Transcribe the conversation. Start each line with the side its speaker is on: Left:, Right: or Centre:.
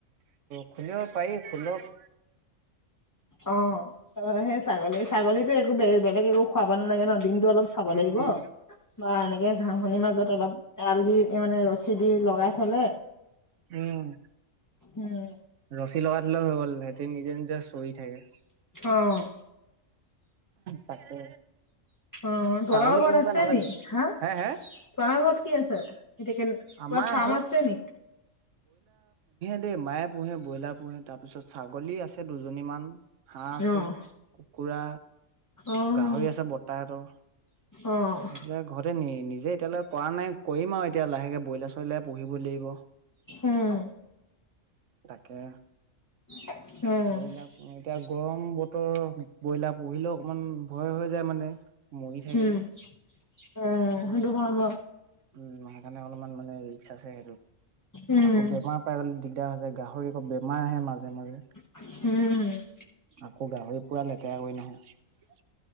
Right: খুলিব পাৰি, খুলক।
Left: উ <inaudible> অ ত, সেই ছাগলী ছাগলী একে বেলেগ একো খুৱাব নালাগে ন দিন টো অলপ চাব
Right: উম,
Left: লাগিব,
Right: উম,
Left: বা এনেকে পানীৰ মাজত অলপ এয়াল দি মানে ৰছী দি লগাই থলে
Right: উম,
Left: উম
Right: ৰছী লগা ধিলা হৈ গ'ল সিহতি নিজে নিজে চৰি থাকে।
Left: অ',
Right: তাকে।
Left: অ
Right: ছাগলী
Left: তলৰ ঘৰত
Right: পুহিবা
Left: আছে
Right: নহ'লে
Left: নি হা?
Right: হে হে
Left: তোমাৰ ঘৰত কি আছে? এতিয়া কে কিবা
Right: আমাৰ
Left: ফাৰ্ম
Right: ঘৰত
Left: আছে নি?
Right: এই মায়ে পোহে ব্ৰইলাৰ পোহে তাৰপিছত ছাগলী আছে দুজনীমান হাঁহ আছে
Left: অ',
Right: কুকুৰা
Left: অ',
Right: গাহৰি আছে বৰ্তাহতৰ,
Left: অ',
Right: সেইফালে ঘৰতে নি নিজে এতিয়ালৈ কৰা নাই কৰিম আওঁ এতিয়া লাহেকে ব্ৰইলাৰ চইলাৰ পুহিব লাগিব।
Left: উম।
Right: তাকে।
Left: উম।
Right: ব্ৰইলাৰ এতিয়া গৰম বতৰ, ব্ৰইলাৰ পুহিলও অকমান ভয় হৈ যায় মানে মৰি থাকে
Left: উম,
Right: যে
Left: উম সিটো সম্ভব।
Right: উম হয়। মানে অলপমান মানে ৰিক্স আছে সেইটোত।
Left: উম,
Right: আকৌ বেমাৰ পাই- দিগদাৰ হৈ যায়। গাহৰি একৌ বেমাৰ আহে মাজে, মাজে।
Left: উম।
Right: আকৌ গাহৰি পুৰা লেতেৰা কৰে নহয়।